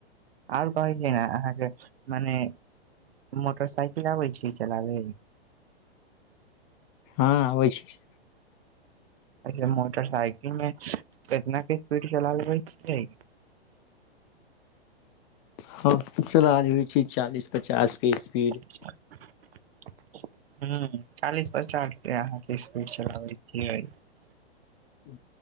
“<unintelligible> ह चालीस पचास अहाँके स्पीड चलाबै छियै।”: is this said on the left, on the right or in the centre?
Right